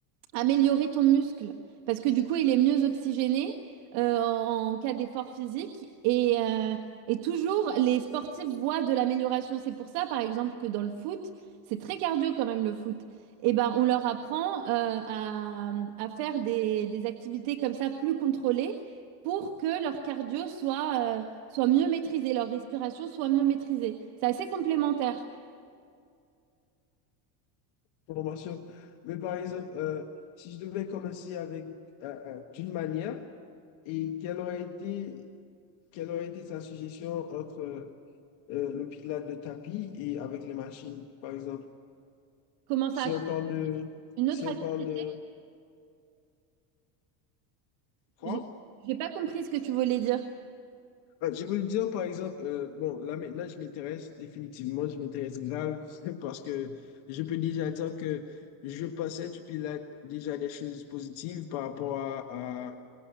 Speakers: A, on the right; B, on the left.
A: améliorer ton muscle parce que du coup il est mieux oxygéné euh, en cas d'effort physique et, euh, et toujours les sportifs voient de l'amélioration. C'est pour ça par exemple que dans le foot, c'est très cardio quand même le foot. Et ben on leur apprend euh, à, à faire des, des activités comme ça plus contrôlées pour que leur cardio soit, euh, soit mieux maîtrisé, leur respiration soit mieux maîtrisée. C'est assez complémentaire.
B: pour m'assurer. Mais par exemple, euh, si je devais commencer avec euh, euh, d'une manière, et quelle aurait été, quelle aurait été ta suggestion entre euh, le pilates de tapis et avec les machines, par exemple?
A: Comment ça?
B: Si on parle de,
A: Une
B: si
A: autre
B: on
A: activité?
B: parle de quoi?
A: J'ai j'ai pas compris ce que tu voulais dire.
B: Ah, Je voulais dire, par exemple, euh, bon, là maintenant, je m'intéresse définitivement, je m'intéresse grave, <laughs> parce que je peux déjà dire que je pensais du Pilates déjà des choses positives par rapport à, à